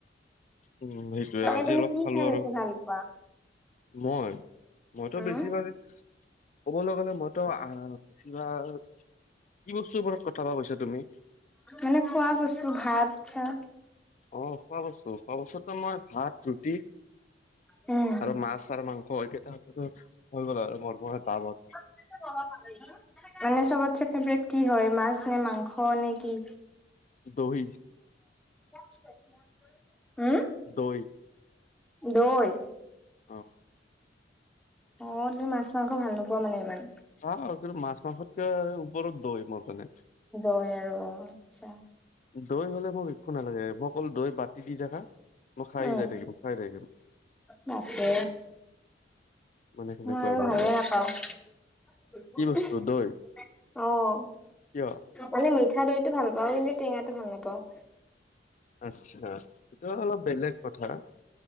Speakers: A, on the left; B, in the centre.
A: উম, সেইটোয়ে
B: এনে
A: আজি
B: তুমি
A: অলপ
B: কি
A: খালো
B: খাই
A: আৰু
B: বেছি ভাল পোৱা?
A: মই? মইতো
B: উম,
A: বেছি ভাগে ক'বলৈ গলে মইতো আহ বেছিভাগ কি বস্তুৰ ওপৰত কথাটো কৈছা তুমি?
B: এনে খোৱা বস্তু, ভাত চাত।
A: অঁ খোৱা বস্তু, খোৱা বস্তুতো আমাৰ ভাত, ৰুটি।
B: উম।
A: আৰু মাছ আৰু মাংস, এইকেইটাটো হৈ গ'ল আৰু মোৰ পুৰা ডাৱত।
B: এনে চবতছে ফেভৰেট কি হয়, মাছ নে, মাংস নে, কি?
A: দহি।
B: <inaudible> হুম?
A: দৈ।
B: দৈ?
A: অঁহ।
B: অঁ তুমি মাছ মাংস ভাল নোপোৱা মানে ইমান?
A: খাওঁ, কিন্তু মাছ মাংসতকে ওপৰত দৈ, মোৰ কাৰণে।
B: দৈ আৰু অঁ, আচ্ছা।
A: দৈ হ'লে মোক একো নালাগে। মোক অকল দৈ বাতি দি থাকা। মই খাই
B: উম
A: যাই থাকিম, খাই থাকিম।
B: বাপৰে
A: মানে সেনেকুৱা
B: মই আৰু ভালে
A: অলপ
B: নাপাওঁ।
A: কি বস্তু দৈ
B: অঁ।
A: কিয়
B: মানে মিঠা দৈটো ভাল পাওঁ। কিন্তু টেঙাটো ভাল নাপাওঁ।
A: আচ্ছা। এইটো অলপ বেলেগ কথা।